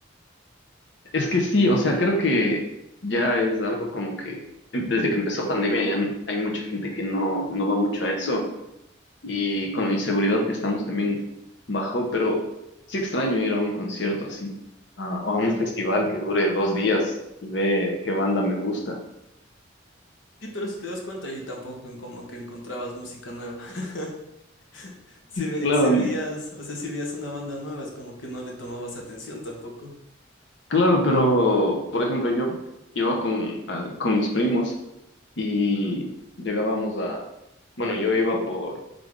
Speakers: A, on the left (about 65°); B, on the left (about 80°).
A: es que sí, o sea, creo que ya es algo como que desde que empezó pandemia ya n- hay mucha gente que no, no va mucho a eso. y con la inseguridad que estamos también bajó, pero sí extraño ir a un concierto así, a, o a un festival que dure dos días y ver qué banda me gusta.
B: Sí, pero si te das cuenta, ahí tampoco en como que encontrabas música nueva. <laughs> Si, ve-
A: Claro,
B: si veías, o sea, si veías una banda nueva, es como que no le tomabas atención tampoco.
A: claro, pero por ejemplo yo iba con, al- con mis primos y llegábamos a, bueno, yo iba por,